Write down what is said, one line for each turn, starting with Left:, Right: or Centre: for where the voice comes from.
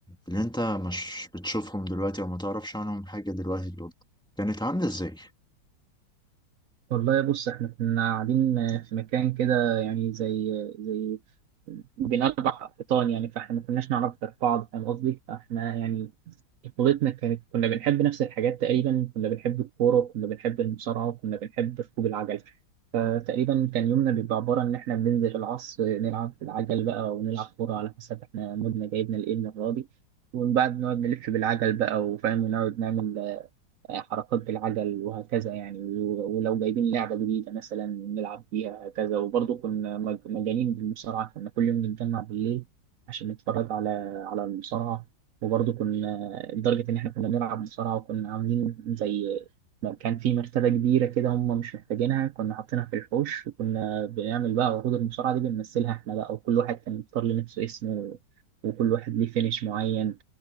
Centre: اللي أنت مش بتشوفهم دلوقتي أو ما تعرفش عنهم حاجة دلوقتي دول كانت عاملة إزاي؟
Right: والله بص احنا كنا قاعدين في مكان كده يعني زي زي بين اربع حيطان يعني فاحنا ما كناش نعرف غير بعض فاهم قصدي فاحنا يعني طفولتنا كانت كنا بنحب نفس الحاجات تقريبا كنا بنحب الكوره وكنا بنحب المصارعه وكنا بنحب ركوب العجل فتقريبا كان يومنا بيبقى عباره ان احنا بننزل العصر نلعب العجل بقى ونلعب كوره على حسب احنا مودنا جايبنا لايه المره دي ومن بعد نقعد نلف بالعجل بقى وفاهم ونقعد نعمل حركات بالعجل وهكذا يعني و- ولو جايبين لعبة جديدة مثلا نلعب بيها هكذا وبرضه كنا مج- مجانين بالمصارعة كنا كل يوم نتجمع بالليل عشان نتفرج على على المصارعة وبرضه كنا لدرجة إن إحنا كنا بنلعب مصارعة وكنا عاملين زي ما كان في مرتبة كبيرة كده هم مش محتاجينها كنا حاطينها في الحوش وكنا بنعمل بقى عروض المصارعة دي بنمثلها إحنا بقى وكل واحد كان بيختار لنفسه اسمه وكل واحد ليه فينش معين